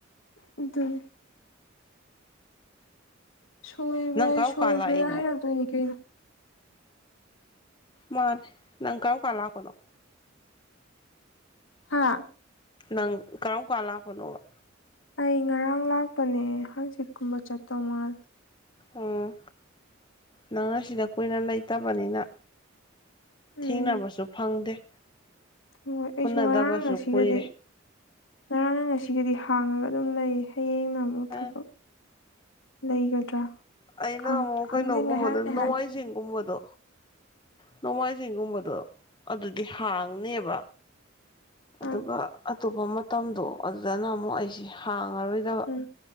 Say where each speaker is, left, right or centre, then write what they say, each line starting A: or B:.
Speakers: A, on the left; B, on the left.
A: ꯎꯝ ꯁꯣꯏꯕ
B: ꯅꯪ ꯀꯔꯝ
A: ꯁꯣꯏꯔ
B: ꯀꯥꯟ ꯂꯥꯛꯏꯅꯣ
A: ꯁꯣꯏꯔ ꯍꯩꯔꯛꯇꯣꯏꯅꯤ ꯀꯩꯅꯣ
B: ꯃꯥꯅꯦ ꯅꯪ ꯀꯔꯝ ꯀꯥꯟ ꯂꯥꯛꯄꯅꯣ
A: ꯍꯥꯥ
B: ꯅꯪ ꯀꯔꯝ ꯀꯥꯟ ꯂꯥꯛꯄꯅꯣꯕ
A: ꯑꯩ ꯉꯔꯥꯡ ꯂꯥꯛꯄꯅꯦ ꯍꯥꯡꯆꯤꯠꯀꯨꯝꯕ ꯆꯠꯇꯧ ꯃꯥꯜꯂꯦ
B: ꯎꯝ ꯅꯪꯅ ꯁꯤꯗ ꯀꯨꯏꯅ ꯂꯩꯇꯕꯅꯤꯅ
A: ꯎꯝ
B: ꯊꯦꯡꯅꯕꯁꯨ ꯐꯪꯗꯦ
A: ꯍꯣꯏ ꯑꯩꯁꯨ
B: ꯎꯅꯗꯕꯁꯨ
A: ꯉꯔꯥꯡ ꯉꯁꯤꯒꯗꯤ
B: ꯀꯨꯏꯔꯦ
A: ꯉꯔꯥꯡꯅ ꯉꯁꯤꯒꯗꯤ ꯍꯥꯡꯉꯒ ꯑꯗꯨꯝ ꯂꯩ ꯍꯌꯦꯡꯅ ꯑꯃꯨꯛ
B: ꯑ
A: ꯊꯕꯛ ꯂꯩꯒꯗ꯭ꯔꯥ
B: ꯑꯩꯅ
A: ꯈꯪ
B: ꯑꯃꯨꯛ
A: ꯈꯪꯗꯦ
B: ꯀꯩꯅꯣꯒꯨꯝꯕꯗ
A: ꯉꯥꯏꯍꯥꯛ ꯉꯥꯏꯍꯥꯛꯀꯤ
B: ꯅꯣꯡꯃꯥꯏꯖꯤꯡꯒꯨꯝꯕꯗꯣ ꯅꯣꯡꯃꯥꯏꯖꯤꯡꯒꯨꯝꯕꯗꯣ ꯑꯗꯨꯗꯤ ꯍꯥꯡꯅꯦꯕ ꯑꯗꯨꯒ
A: ꯑꯥ
B: ꯑꯇꯣꯞꯄ ꯃꯇꯝꯗꯣ ꯑꯗꯨꯗꯅ ꯑꯃꯨꯛ ꯑꯩꯁꯤ ꯍꯥꯡꯉꯔꯣꯏꯗꯕ
A: ꯎꯝ